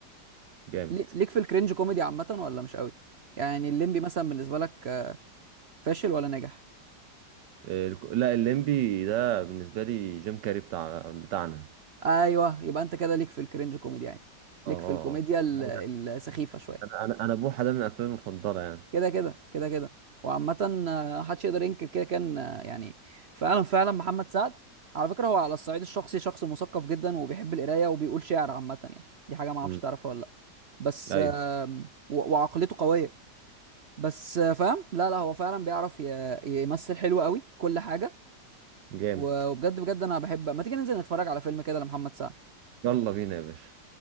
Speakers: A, on the right; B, on the right.
A: جامد
B: ليك في الكرنج كوميدي عامه ولا مش قوي يعني الليمبي مثلا بالنسبه لك فاشل ولا ناجح
A: آه، الك- لا الليمبي ده بالنسبه لي جيم كاري بتاع بتاعنا
B: ايوه يبقى انت كده ليك في الكرنج كوميدي يعني ليك
A: اه اه
B: في الكوميديا
A: آه.
B: ال-
A: هو ده.
B: السخيفه شويه
A: انا انا انا بوحه ده من افلامي المفضله يعني
B: كده كده كده كده وعامه آه، محدش يقدر ينكر كده كان آه، يعني فعلا فعلا محمد سعد على فكره هو على الصعيد الشخصي شخص مثقف جدا وبيحب القرايه وبيقول شعر عامه يعني دي حاجه ما اعرفش
A: امم
B: تعرفها ولا لا بس
A: ايوه
B: آم، و- وعقليته قويه بس آه، فاهم لا لا هو فعلا بيعرف ي- يمثل حلو قوي كل حاجه
A: جامد
B: و- وبجد بجد انا بحب ما تيجي ننزل نتفرج على فيلم كده لمحمد سعد
A: يلا بينا يا باشا